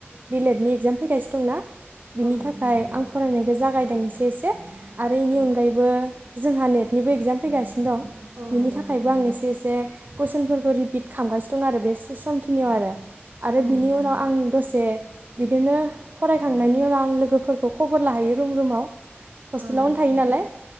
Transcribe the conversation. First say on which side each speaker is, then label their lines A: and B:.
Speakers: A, on the right (about 45°); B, on the right (about 65°).
A: निल एड नि इगजाम फैगासिनो! दंना! बिनि
B: औ नोंथां
A: थाखाय
B: नंगौ
A: आं फरायनायखौ जागायदों एसे - एसे आरो बेनि
B: औ
A: अनगायैबो! जोंहा नेटनिबो एगजाम फैगासिनो! दं
B: औ
A: बिनि
B: नंगौ
A: थाखायबो
B: नोंथां
A: आं
B: नंगौ
A: एसे एसे कुइसनफोरखौ रि - बिट खामगासिनो दं आरो! बे समखिनियाव आरो आरो
B: औ
A: बिनि
B: नंगौ
A: उनाव
B: नोंथां
A: आं दसे - बिदिनो फरायखांनायनि उनाव आं लोगोफोरखौ खबर लाहैयो रुम रुमाव! हस्टेलावनो
B: औ नंगौ
A: थायो
B: नोंथां
A: नालाय